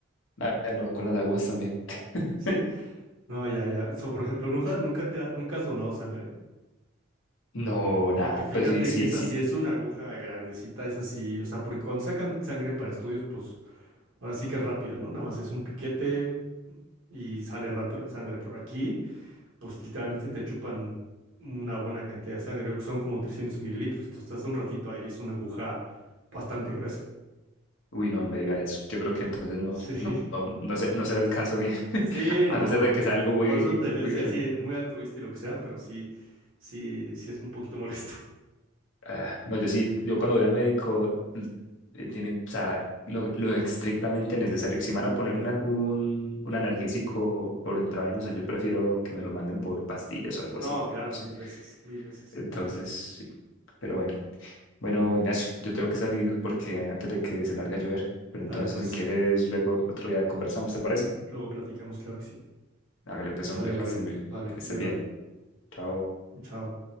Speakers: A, on the left (about 70°); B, on the right (about 85°).
A: ah, no, con las aguas también. <laughs>
B: ¿Sí? No, ya, ya. So, por ejemplo, nunca, nunca te ha- nunca has donado sangre.
A: No, nada,
B: Porque fíjate
A: pues sí, sí,
B: que esa
A: sí.
B: sí es una aguja grandecita, es así. O sea, porque cuando sacan sangre para estudios, pues ahora sí que es rápido, ¿no? Nada más es un piquete y sale rápido la sangre. Por aquí, pues literalmente te chupan una buena cantidad de sangre. Creo que son como 300 mililitros. Tú estás un ratito ahí, es una aguja bastante gruesa.
A: Uy, no, no me diga eso. Yo creo que entonces no,
B: <laughs> Sí.
A: no, no, no, se- no será el caso mío, <laughs>
B: Sí, no,
A: a no ser de que
B: fu-
A: sea
B: fu-
A: algo muy,
B: por eso te decía,
A: muy urgente.
B: sí, muy altruista y lo que sea, pero sí, sí, sí es un poquito <laughs> molesto.
A: Ah, no, yo sí, yo cuando voy al médico, eh, tiene, o sea, lo, lo estrictamente necesario. Si me van a poner una-
B: Ya.
A: un, un analgésico por intravenoso, yo prefiero que me lo manden por pastillas o algo
B: No,
A: así,
B: claro,
A: no sé.
B: mil veces, mil veces.
A: Entonces, sí. Pero bueno, bueno, Ignacio, yo tengo que salir porque antes de que se largue a llover. Pero entonces,
B: Dale, pues,
A: si quieres, luego otro día conversamos, ¿te parece?
B: mm, luego platicamos, claro que sí.
A: Hágale pues,
B: Sale,
A: hombre,
B: vale,
A: que estés muy-
B: vale,
A: que estés
B: bye
A: bien.
B: bye,
A: Chao.
B: chao.